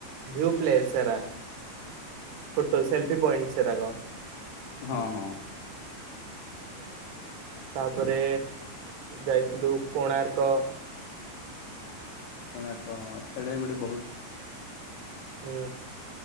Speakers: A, on the right; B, on the left.
A: ଭ୍ୟୁ ପ୍ଲେସ ସେରା। ଫୋଟୋ ସେଲଫି ପଏଣ୍ଟସ୍ ସେରାକ।
B: ହଁ ହଁ।
A: <inaudible> ତାପରେ ଯାଇଥିଲୁ କୋଣାର୍କ।
B: କୋଣାର୍କ ହଁ ସେଇଟା ଗୋଟେ ବହୁତ
A: ହୁଁ